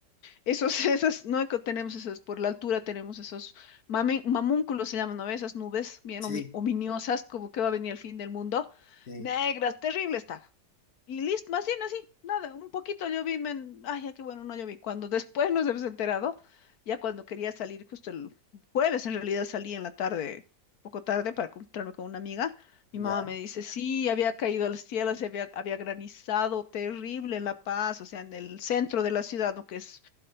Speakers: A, on the left; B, on the left.
A: esos, <laughs> esas, no que tenemos esos, por la altura tenemos esos mamen- mamúnculos se llaman, ¿no? Esas nubes bien
B: Sí.
A: omi- ominosas, como que va a venir el fin del mundo,
B: Sí,
A: negras, terrible está. Y listo, más bien así, nada, un poquito yo vi, men- ay, ya qué bueno, no lloví. Cuando después nos hemos enterado, ya cuando quería salir, justo el jueves en realidad salí en la tarde, poco tarde para encontrarme con una amiga, mi
B: ya.
A: mamá me dice, sí, había caído al cielo, se había, había granizado terrible en La Paz, o sea, en el centro de la ciudad, ¿no? Que es